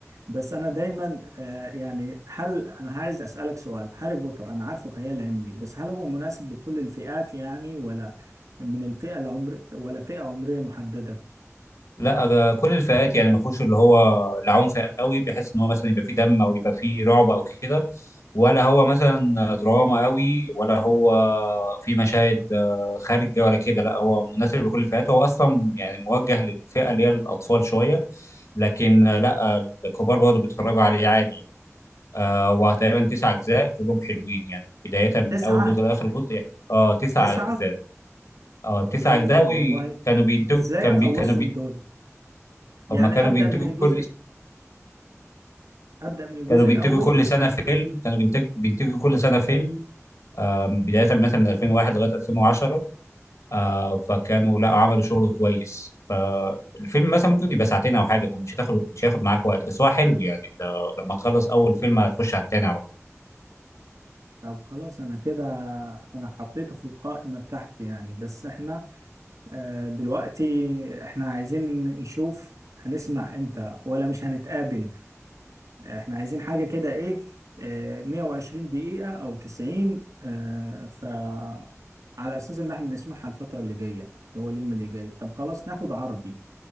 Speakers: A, on the right; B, on the left.
A: بس انا دايما آه، يعني هل انا عايز اسالك سؤال هاري بوتر انا عارفه خيال علمي بس هل هو مناسب لكل الفئات يعني ولا من الفئه العمر ولا فئه عمريه محدده
B: لا أغ- كل الفئات يعني ما فيهوش اللي هو العنف قوي بحيث ان هو مثلا يبقى فيه دم او يبقى فيه رعب او كده ولا هو مثلا دراما قوي ولا هو في مشاهد آه، خارجه ولا كده لا هو مناسب لكل الفئات هو اصلا يعني موجه للفئه اللي هي الاطفال شويه لكن آه، لا آه، الكبار برضه بيتفرجوا عليه عادي يعني. آه وتقريبا تسع اجزاء كلهم حلوين يعني بدايه من
A: تسعه
B: اول جزء لاخر جزء يعني اه تسع
A: تسعه
B: اجزاء اه
A: والله
B: تسع اجزاء
A: والله
B: وكانوا بينتجوا
A: ازاي
B: كان
A: اخلصهم
B: بي... كانوا بي...
A: دول يعني
B: هم كانوا
A: ابدا
B: بينتجوا
A: من الجزء
B: كل
A: ابدا من الجزء
B: كانوا بينتجوا
A: الاول
B: كل سنه فيلم كانوا بينتجوا بينتجوا كل سنه فيلم آم، بدايه مثلا من 2001 لغايه 2010 آه، فكانوا لا عملوا شغل كويس فالفيلم مثلا ممكن يبقى ساعتين او حاجه فمش هتاخد مش هياخد معاك وقت بس هو حلو يعني انت لما تخلص اول فيلم هتخش على التاني على طول
A: طب خلاص انا كده انا حطيته في القائمه بتاعتي يعني بس احنا آه، دلوقتي احنا عايزين نشوف هنسمع امتى ولا مش هنتقابل احنا عايزين حاجة كده ايه آه، 120 دقيقة او 90 آه، فعلى اساس ان احنا نسمعها الفترة اللي جاية اللي هو اليوم اللي جاي طب خلاص ناخد عربي